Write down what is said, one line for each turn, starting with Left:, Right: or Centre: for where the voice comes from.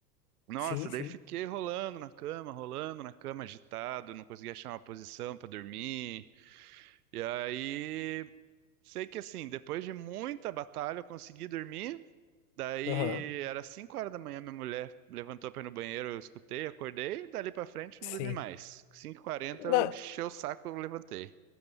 Right: Nossa,
Left: sim,
Right: daí
Left: sim.
Right: fiquei rolando na cama, rolando na cama, agitado, não conseguia achar uma posição pra dormir. E aí, sei que assim, depois de muita batalha, eu consegui dormir. Daí,
Left: Aham,
Right: era 5 horas da manhã, minha mulher levantou pra ir no banheiro, eu escutei, acordei, e dali pra frente eu
Left: sim.
Right: não dormi mais. Cinco h 40
Left: Não,
Right: eu enchi o saco, eu levantei.